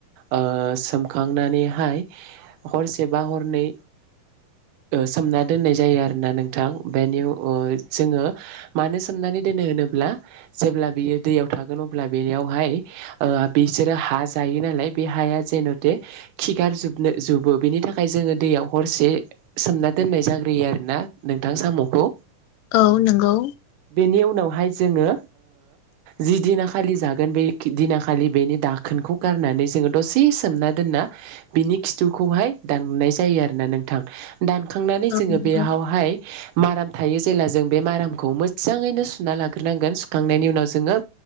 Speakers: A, on the right (about 75°); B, on the left (about 85°).
A: ओ सोमखांनानैहाय हरसेबा हरनै सोमना दोननाय जायो आरो ना नोंथां। बेनि ओ जोङो मानो सोमनानै मानो सोमनानै दानोलुनोब्ला जेब्ला बियो दैयाव थागोन अब्ला बेयावहाय ओ बिसोरो हा जायो नालाय बे हाया जेनेथे खिगार जोबनो जुबो बेनि थाखाय जोङो दैयाव हरसे सोमना दोननाय जाग्रोयो आरो ना नोंथां साम'खौ
B: औ नंगौ
A: बेनि उनावहाय जोङो जि दिना खालि जागोन बे दिनाखालि बेनि दाखोन खौ गारनानै जोंङो दसे सोमना दोनना बिनि खिथुखौहाय दाननाय जायो आरोना नोंथां दानखांनानै
B: औ
A: जोङो
B: नंगौ
A: बेयावहाय माराम थायो जेब्ला जों बे मारामखौ मोजाङैनो सुना लाग्रोनांगोन सुखांनायनि उनाव जोङो